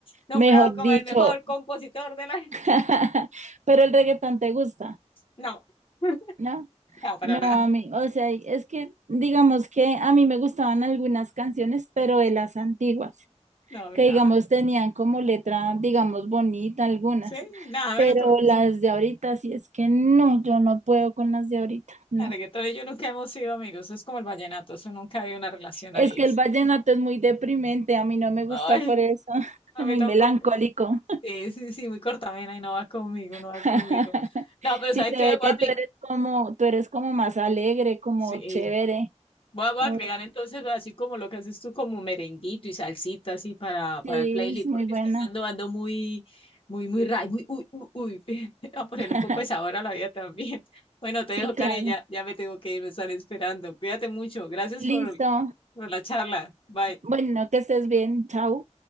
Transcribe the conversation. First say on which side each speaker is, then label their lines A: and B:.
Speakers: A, on the left; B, on the right.
A: nombrado
B: Mejor
A: como
B: dicho.
A: el mejor compositor de la...
B: <laughs> Pero el reggaetón te gusta,
A: No, <laughs>
B: ¿no?
A: no, para
B: No,
A: nada.
B: a mí, o sea, es que digamos que a mí me gustaban algunas canciones, pero de las antiguas.
A: No, a mí
B: que
A: nada.
B: digamos tenían como letra, digamos, bonita algunas,
A: Sí, nada, menos
B: pero
A: que me gustó.
B: las de ahorita sí es que no, yo no puedo con las de ahorita, no.
A: El reggaetón y yo nunca hemos sido amigos, es como el vallenato, eso nunca había una relación
B: Es
A: ahí,
B: que
A: eso.
B: el vallenato es muy deprimente, a mí no me gusta
A: Ay,
B: por eso, <laughs>
A: a
B: es
A: mí
B: muy
A: tampoco.
B: melancólico.
A: Sí, sí, sí, muy cortavena y no va conmigo, no va
B: <laughs>
A: conmigo. No, pero
B: Sí
A: ¿sabes
B: se
A: qué?
B: ve
A: Voy
B: que
A: a aplicar.
B: tú eres como, tú eres como más alegre, como
A: Sí,
B: chévere.
A: Voy a, voy
B: Obvio.
A: a agregar entonces, así como lo que haces tú, como merenguito y salsita así para, para
B: Sí,
A: el playlist,
B: es muy
A: porque
B: buena.
A: es que ando, ando muy, muy, muy, ra- muy, uy, uy, uy. <laughs> A ponerle
B: <laughs>
A: un poco de sabor a la vida también. <laughs> Bueno, te
B: Sí,
A: dejo, Karen,
B: claro.
A: ya, ya me tengo que ir, me están esperando. Cuídate mucho. Gracias
B: Listo.
A: por, por la charla. Bye.
B: Bueno, que estés bien. Chao.